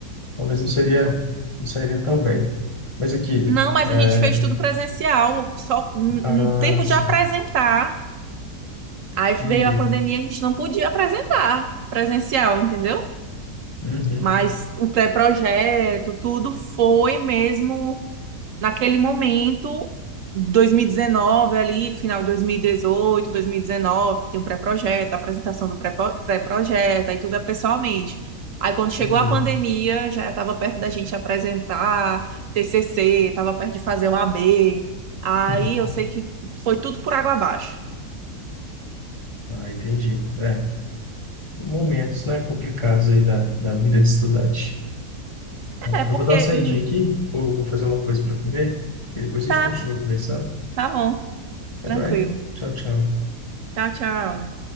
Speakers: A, on the left (about 35°); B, on the right (about 65°).
A: talvez não seria, não seria tão bem. Mas aqui,
B: Não, mas
A: é,
B: a gente fez tudo presencial, só um
A: ah,
B: um tempo
A: sim,
B: de apresentar. Aí veio
A: entendi.
B: a pandemia, a gente não podia apresentar presencial, entendeu?
A: Uhum,
B: Mas o pré-projeto, tudo foi mesmo naquele momento, 2019 ali, final de 2018, 2019, que tem o pré-projeto, a apresentação do pré- pré-projeto, aí tudo é pessoalmente. Aí quando chegou
A: entendi.
B: a pandemia, já estava perto da gente apresentar TCC, estava perto de fazer o AB. Aí
A: <laughs>
B: eu sei que foi tudo por água abaixo.
A: Ah, entendi. É, momentos, né, complicados aí da, da vida de estudante.
B: É,
A: Eu
B: porque
A: vou dar uma saidinha
B: hum,
A: aqui, vou, vou fazer uma coisa para comer e depois a gente
B: tá,
A: continua conversando.
B: tá bom. Tranquilo.
A: Tá joia? Tchau, tchau.
B: Tchau, tchau.